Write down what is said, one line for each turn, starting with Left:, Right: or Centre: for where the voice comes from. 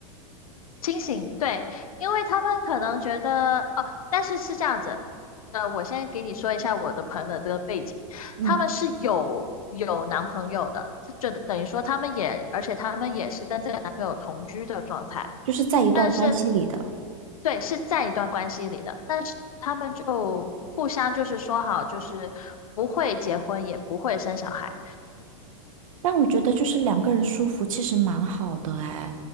Left: 清醒，对，因为他们可能觉得哦，但是是这样子，呃，我先给你说一下我的朋友的这个背景，
Right: 嗯，
Left: 他们是有有男朋友的，就等于说他们也，而且他们也是跟这个男朋友同居的状态。
Right: 就是在一段关系里的。
Left: 但是对，是在一段关系里的，但是他们就互相就是说好，就是不会结婚，也不会生小孩。
Right: 但我觉得就是两个人舒服，其实蛮好的哎，